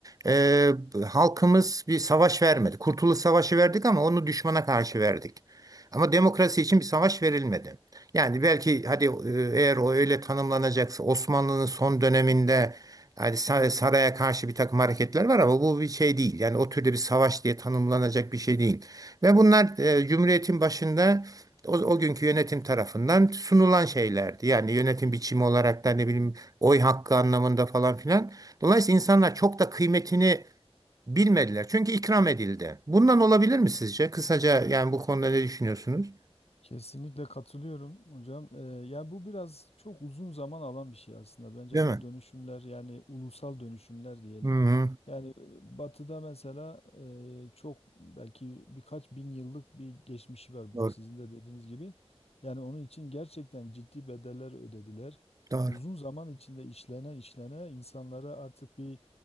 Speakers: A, on the right (about 35°); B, on the left (about 70°).
A: e, halkımız bir savaş vermedi. Kurtuluş Savaşı verdik ama onu düşmana karşı verdik. Ama demokrasi için bir savaş verilmedi. Yani belki hadi e, eğer o öyle tanımlanacaksa Osmanlı'nın son döneminde yani sa- saraya karşı bir takım hareketler var ama bu bir şey değil. Yani o türde bir savaş diye tanımlanacak bir şey değil. Ve bunlar e, Cumhuriyet'in başında o, o günkü yönetim tarafından sunulan şeylerdi. Yani yönetim biçimi olarak da ne bileyim oy hakkı anlamında falan filan. Dolayısıyla insanlar çok da kıymetini bilmediler. Çünkü ikram edildi. Bundan olabilir mi sizce? Kısaca yani bu konuda ne düşünüyorsunuz?
B: Kesinlikle katılıyorum hocam. Ee, ya bu biraz çok uzun zaman alan bir şey aslında. Bence
A: Değil
B: bu
A: mi?
B: dönüşümler yani ulusal dönüşümler diyelim.
A: Hı hı.
B: Yani e, Batı'da mesela e, çok belki birkaç bin yıllık bir geçmişi var
A: Doğru.
B: bunun sizin de dediğiniz gibi. Yani onun için gerçekten ciddi bedeller ödediler.
A: Doğru.
B: Uzun zaman içinde işlene işlene insanlara artık bir